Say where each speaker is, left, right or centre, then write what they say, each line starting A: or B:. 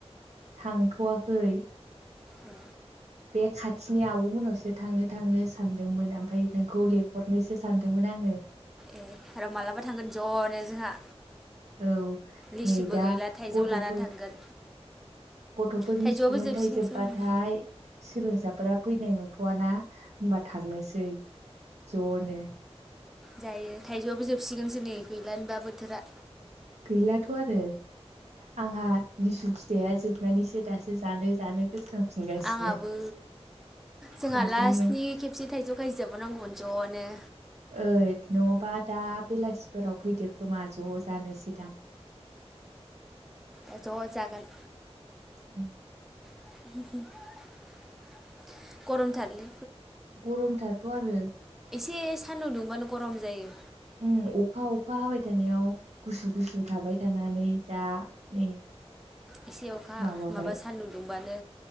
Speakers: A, on the right (about 80°); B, in the centre.
A: थांथ'वाखै
B: ए
A: बे खाथिनि आब'मोनावसो थांनो थांनो सानदोंमोन ओमफ्राय नोंखौ लेंहरनोसो सानदों। दोंमोन आङो।
B: ए आरो माब्लाबा थांगोन ज'नो जोंहा।
A: औ
B: लिसुबो
A: नै दा
B: गैला थाइजौ
A: गथ'फोर
B: लानानै थांगोन
A: गथ'फोरनि
B: थाइजौआबो
A: सुब्द मोनथायाइ
B: जोबसिगोनसो
A: जोबबाथाय
B: आं
A: सोलोंसाफोरा फैनाय नुबा थ्थ'आाना होनबा थांनोसै ज'नो
B: जायो थाइजौआबो जोबसिगोनसो नै गैलानोबा बोथोरा।
A: गैलाथ' आरो। आंहा लिसु फिथाइया जोबनानैसो दासो जानो जानो गोसोखांफिनगासिनो
B: आंहाबो जोंहा
A: जागौमोन
B: लास्टनि खेबसे थाइजौ गायजोबोनांगौमोन ज' बिनो
A: ओइ नङाबा दा बेलासिफोराव फैदो खोमा ज' जानो सिगां।
B: द ज' जागोन।
A: औ
B: <inaudible> गरम थारलि
A: गरमथाथ' आरो।
B: एसे सान्दुं दुंबानो गरम जायो।
A: उम अखा अखा हाबाय थानायाव। गुसु गुसु थाबाय थानानै दा नै
B: एसे अखा
A: माबाबाय
B: माबा सान्दुं दुंबानो